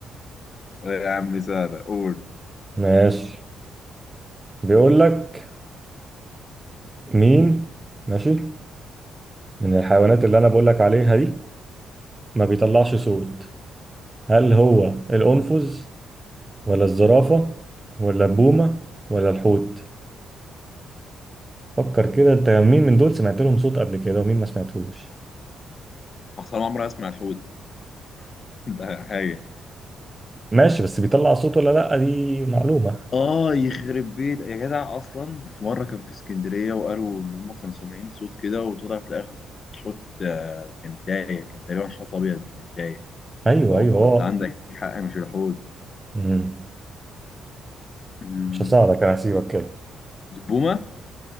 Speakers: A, on the left; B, on the right.
A: يا عم سهلة قول
B: ماشي بيقول لك مين ماشي من الحيوانات اللي انا بقول لك عليها دي ما بيطلعش صوت هل هو الأنفذ ولا الزرافة ولا البومة ولا الحوت فكر كده انت مين من دول سمعت لهم صوت قبل كده ومين ما سمعتوش
A: أصل أنا عمري أسمع الحوت <laughs> ده حاجة
B: ماشي بس بيطلع صوت ولا لا دي معلومة
A: آه يخرب بيت يا جدع أصلا في مرة كان في اسكندرية وقالوا إن هم كانوا سامعين صوت كده وطلع في الآخر صوت حوت آه، كان تايه كان تقريبا حوت أبيض كان تايه
B: ايوه
A: فهو
B: ايوه هو
A: أنت عندك حق مش الحوت
B: مم.
A: أمم،
B: مش هساعدك انا هسيبك كده
A: البومة؟